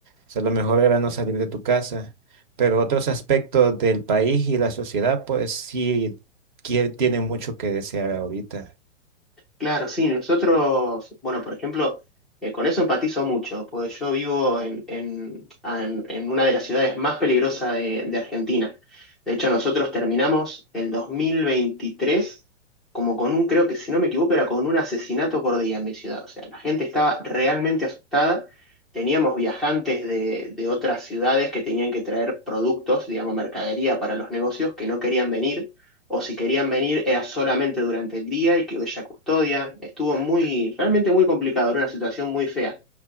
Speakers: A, on the right (about 40°); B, in the centre.
A: O sea, lo mejor era no salir de tu casa. Pero otros aspectos del país y la sociedad, pues sí quie- tienen mucho que desear ahorita.
B: Claro, sí, nosotros, bueno, por ejemplo, eh, con eso empatizo mucho, porque yo vivo en, en- en- en una de las ciudades más peligrosas de, de Argentina. De hecho, nosotros terminamos el 2023 como con un, creo que si no me equivoco, era con un asesinato por día en mi ciudad. O sea, la gente estaba realmente asustada. Teníamos viajantes de, de otras ciudades que tenían que traer productos, digamos, mercadería para los negocios que no querían venir o si querían venir era solamente durante el día y que ella custodia. Estuvo muy, realmente muy complicado, era una situación muy fea.